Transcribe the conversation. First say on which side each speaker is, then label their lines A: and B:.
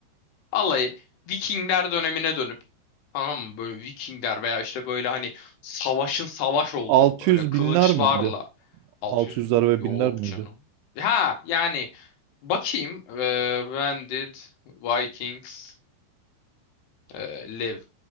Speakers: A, on the left (about 65°); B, on the right (about 85°).
A: Vallahi Vikingler dönemine dönüp tamam mı böyle Vikingler veya işte böyle hani savaşın savaş olduğu
B: 600
A: böyle kılıçlarla
B: binler miydi?
A: 600
B: 600'ler
A: bin- yok
B: ve binler miydi?
A: canım. Ha yani bakayım eee, when did Vikings eee, live